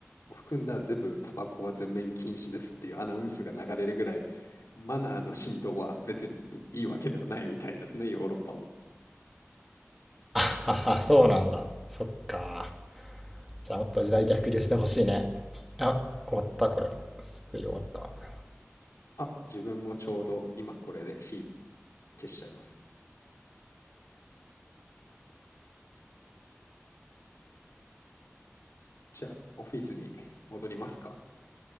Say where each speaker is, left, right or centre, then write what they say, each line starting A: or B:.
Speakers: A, on the left; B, in the centre.
A: を含んだ全部タバコは全面禁止ですっていうアナウンスが流れるぐらい、マナーの浸透は別にいいわけではないみたいですね、ヨーロッパも。
B: あはは、そうなんだ。そっか。じゃあもっと時代逆流してほしいね。あ、終わった、これは。すぐ終わったわ、これは。
A: あ、自分もちょうど今これで火消しちゃいます。じゃあ、オフィスに戻りますか。